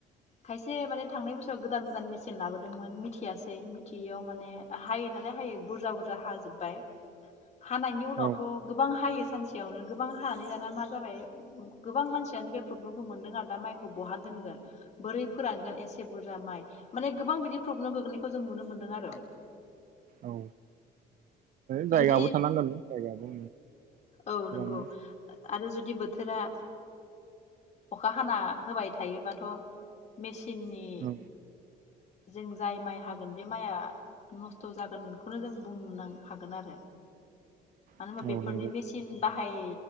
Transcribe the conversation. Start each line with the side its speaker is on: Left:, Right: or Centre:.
Left: खायसे माने थांनाय बोसोराव गोदान गोदान मेचिन लाबोदोंमोन मिथियासै मिथियैयाव माने हायो नालाय हायो बुरजा बुरजा हाजोब्बाय हानायनि उनावथ'
Right: औ
Left: गोबां हायो सानसेयावनो गोबां हानानै दाना मा जाबाय गोबां मानसियानो बे प्रब्लेमखौ मोनदों आरो दा माइखौ बहा दोनगोन बोरै फोरानगोन एसे बुरजा माइ माने गोबां बिदि प्रब्लेम गोग्लैनायखौ जों नुनो मोनदों आरो।
Right: औ जायगायावो
Left: जुदि
Right: थानांगोन जायगाबो
Left: औ नंगौ
Right: ओम <unintelligible>
Left: आरो जुदि बोथोरा अखा हाना होबाय थायोबाथ' मेसिननि
Right: औ
Left: जों जाय माइ हागोन बे माइआ नस्थ' जागोन खौनो जों बुंनो नां हागोन आरो मानो
Right: औ
Left: होनबा बेफोरनि
Right: नंगौ
Left: मेसिन बाहाय